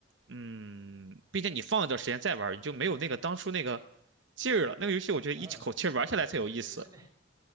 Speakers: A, on the right (about 65°); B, on the right (about 20°).
A: 嗯，毕竟你放一段时间再玩儿你就没有那个当初那个劲儿了。那个游戏我觉得一口气儿玩下来才有意思。
B: 呃，对对对对对对对对对，